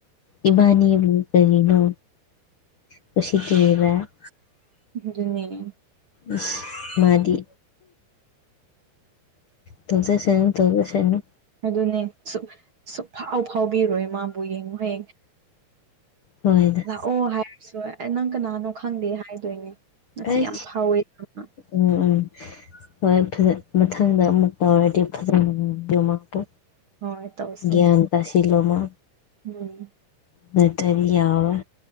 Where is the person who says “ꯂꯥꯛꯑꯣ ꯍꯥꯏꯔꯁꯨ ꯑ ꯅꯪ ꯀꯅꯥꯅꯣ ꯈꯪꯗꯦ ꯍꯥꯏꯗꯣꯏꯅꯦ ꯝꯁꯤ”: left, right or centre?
Right